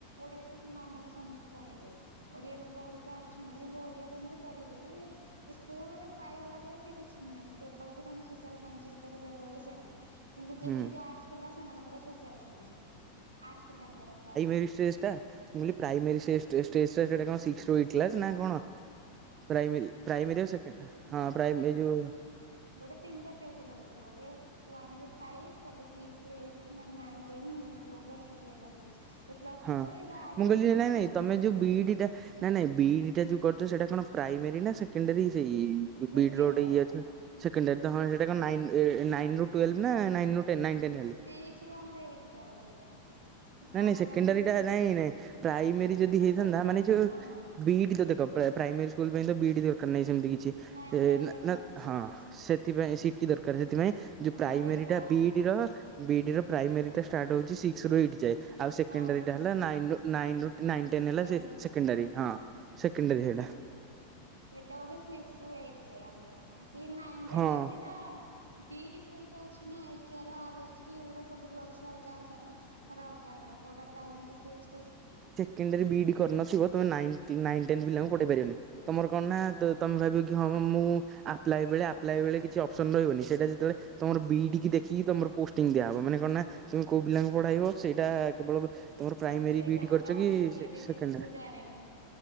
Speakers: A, on the right (about 80°); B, on the right (about 30°).
A: ଓଡିଆ ତ ସେ ନର୍ମାଲି ସମସ୍ତେ ପଢେଇ ଦେବେ, ଓଡିଆରେ ବି ଅଲ୍ ଗା <unintelligible> କିନ୍ତୁ ଓଡିଆରେ ଏମ୍ତି ପଢେଇଦେବି। ଏ ସ୍କୁଲରେ ପାଇଗଲା ପରେ ସେ କିଛି ନୁହେଁ, କେବଳ କି ତମେ ସୋସିଆଲ୍ ସାଇନ୍ସ ଭିତରେ ରହିବ ବୋଲି ସେଆର୍ ନା। କିନ୍ତୁ ଯେତିକି
B: ହୁଁ
A: ଆର୍ଟସ୍ ପିଲା ସେମାନଙ୍କର ସୋସିଆଲ୍ ସାଇନ୍ସି, ଆର୍ଟସ୍ ପିଲାଙ୍କର ପ୍ରାୟ।
B: ଏଇ <unintelligible> ଟା ମୁଁ କଇଲି ପ୍ରାଇମେରୀ ସେଇ ଷ୍ଟେସ ଷ୍ଟେଜ ଟା ସିକ୍ସ ରୁ ଏଇଟ୍ କ୍ଲାସ ନା କଣ? ପ୍ରାଇମେରୀ ପ୍ରାଇମେରୀ ଆଉ ସେକଣ୍ଡ ଟା ହଁ ପ୍ରାଇମେ ଏ ଯୋଉ
A: ଗୋଟେ ତିନଟା ଫେଜ୍ ରୋହୁଚି ଗୋଟେ ୱାନ ରୁ ଫାଇଭ୍ ତାପରେ ସିକଶ୍ ରୁ ଏଇଟ୍ ନା ନାଇନ୍ ଟେନ ଯୋଉ ପ୍ଲସ ଟୁ ଯାଏ କରି ତି ଏ ପ୍ଲସ
B: ହଁ
A: ଟୁ ତ ଏବେ ଆଡ
B: ମୁଁ
A: ହେଇନି
B: କହିଲି ନାଇଁ
A: ହାଇସ୍କୁଲ୍
B: ନାଇଁ ତମେ
A: ଗୁଡାକରେ।
B: ଯୋଉ ବିଇଡି ଟା ନାଇଁ ନାଇଁ ବିଡି ଟା ଯୋଉ କରୁଛ ସେଇଟା କଣ ପ୍ରାଇମାରୀ ନା ସେକେଣ୍ଡାରୀ ସେଇ ବି
A: ସେକେଣ୍ଡାରୀ
B: ଡ୍ ର ଗୋଟେ ଇଏ ଅଛି। ସେକେଣ୍ଡରି ତ ହଁ ସେଟା ନନାନ୍ ଏ ନାଇନ୍ ରୁ। ଟୁୱେଲ୍ଭ ନା ନାଇନ୍ ରୁ ଟେନ୍ ନାଇନ୍‌ ରୁ ଟେନ୍
A: ସିକ୍ସ ରୁ ଆମର ଏଇଟ ଟା ବୋଧେ ଏଇଟା କି କଣ
B: ଗଲେ। ସେକେଣ୍ଡାରିଟା
A: ଏଇଟା ମୁଁ ଠିକ
B: ନାଇଁ ନାଇଁ ପ୍ରାଇମେରୀ ଯଦି
A: ଆଉ
B: ହେଇଥାନ୍ତା
A: ସେକେଣ୍ଡାରୀ
B: ମାନେ ଯୋଉ
A: ହଁ ହଁ
B: ବିଇଡି ତ ଦେଖ ପ୍ରାଇମୋରୀ ସ୍କୁଲ ପାଇଁ ତ ବଇଡି ଦରକାର ନାହିଁ ସେମିତି କିଛି। ସେ
A: ନାଇଁ ପ୍ରାଇଭେଟ
B: ନା ନା
A: ନାଇଁ ସେମିତି
B: ହଁ
A: କିଛି ନାହିଁ
B: ସେଥିପାଇଁ ସିଟି ଦରକାର ସେଥିପାଇଁ ଯୋଉ
A: ଆମର
B: ପ୍ରାଇମେରୀ
A: ଏଇଟା
B: ଟା ବିଡି ର ବିଇଡ୍ ର ପ୍ରାଇମାରୀ ଟା ଷ୍ଟାର୍ଟ ହଉଛି ସିକସ ରୁ ଏଇଟ ଯାଏ ଆଉ ସେକେଣ୍ଡାରୀ
A: ହଁ ସିକ୍ସ
B: ହେଲା
A: ଏଇଟ
B: ନାଇନ ରୁ ନାଇନ୍ ରୁ ନାଇନ୍ ଟେନ୍ ହେଲା
A: ଟେନ
B: ସେକେଣ୍ଡାରୀ ହଁ
A: ହଁ
B: ସେକଣ୍ଡାରୀ ସେଇଟା।
A: ସେ ସେଇଟା ବୋଧେ ସିକ୍ସ ରୁ ଏଇଟ ଯାଏ ଆମର ଏଟା କି ନାଇନ ଯାକ
B: ହଁ
A: ସେଇଟା ବିଇଡି ସହିତ ଅଛି ନା ଏଲଟିର ଆର ଏଚ ଟି ଏଗୁଡା ସବୁ ଯୋଉ ଅଛି ଅଲଗା ଅଲଗ ର ତାର ଅଗା କାରଣ କୋଉଟା ଫ୍ରାଇମେରି ସିଷ୍ଟି ସେ
B: କେମିତି ବିଇଡି କରିନଥିବ ତମେ ନାଇନ୍‌ ନାଇନ୍‌ ଟେନ୍ ପିଲାଙ୍କୁ ପଠେଇ ପାରିବନି। ତମର କଣ ନା ତମେ ଭାବିବ କି ହଁଁ ମୁଁ ଆପ୍ଲଏ ବେଳେ ଆପ୍ଲଏ ବେଳେ କିଛି ଅପସନ ରହିବନି ସେଇଟା ଯେତେବେଳେ ତମର ବିଇଡି କି ଦେଖିକି ତମର ପୋଷ୍ଟିଂ ଦିଆହବ ମାନେ କହଣ ନା ତମେ କୋଉ ପିଲାଙ୍କୁ ପଢେଇବ ସେଇଟା କେବଳ ତମର ପ୍ରାଇମୋରୀ
A: ସେଇଟା
B: ବିଇଡିକରିଛ
A: ମୁଁ ତାହେଲେ
B: କି
A: ସେତେ ଡିଟେଲସ
B: ସେକେଣ୍ଡରି।
A: ଜାଣିନି।